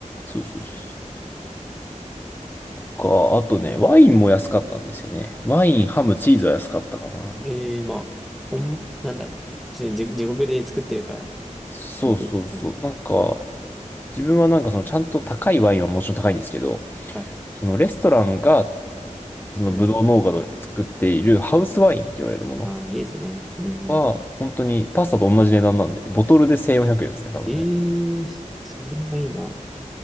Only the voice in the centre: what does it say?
ええまあ、ほん、なんだろう。ちょっと地地獄で作ってるから、
やっていいか
な。はいはい。
うん。ああ、いいですね。うんうん。
ええそれもいいな。